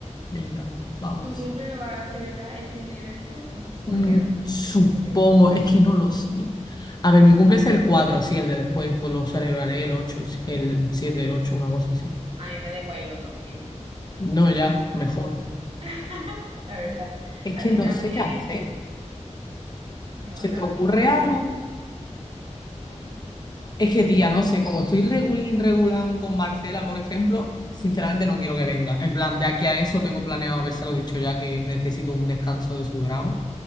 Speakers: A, on the left (about 35°); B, on the right (about 50°).
A: Venga, vamos.
B: ¿Tu cumple lo vas a celebrar el fin de después? No, o
A: Mm,
B: el de antes,
A: Supongo,
B: porque si el de antes.
A: es que no lo sé. A ver, mi cumple es el 4 sí, el de después, pues lo celebraré el 8 sí, el 7 el 8 una cosa así.
B: A mí me da igual los dos fines.
A: No, ya, mejor.
B: <laughs> La verdad.
A: Es
B: Así
A: que no
B: también.
A: sé qué hacer.
B: Voy a
A: ¿Se
B: vacarme.
A: te ocurre algo?
B: Mm,
A: Es que, tía, no sé, como estoy regulín, regulán con Marcela, por ejemplo, sinceramente no quiero que venga. En plan, de aquí a eso tengo planeado habérselo dicho ya que necesito un descanso de su drama